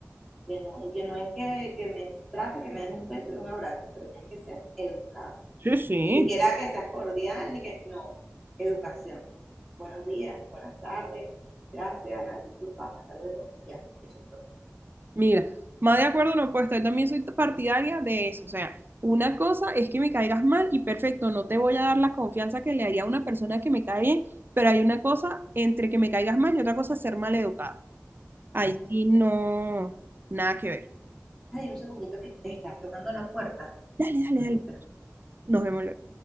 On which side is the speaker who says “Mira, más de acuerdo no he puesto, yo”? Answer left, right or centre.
Right